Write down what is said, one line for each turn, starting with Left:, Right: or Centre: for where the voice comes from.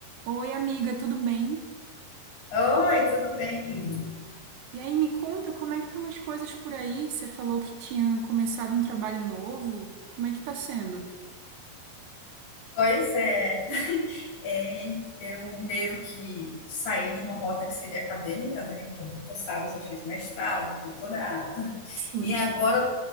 Right: Oi, amiga, tudo bem?
Left: Oi, tudo bem?
Right: E aí, me conta como é que estão as coisas por aí? Você falou que tinha começado um trabalho novo. Como é que tá sendo?
Left: Pois é, é, eu meio que saí de uma rota que seria acadêmica, né? Como tu sabes, eu fiz mestrado, doutorado,
Right: Sim.
Left: e agora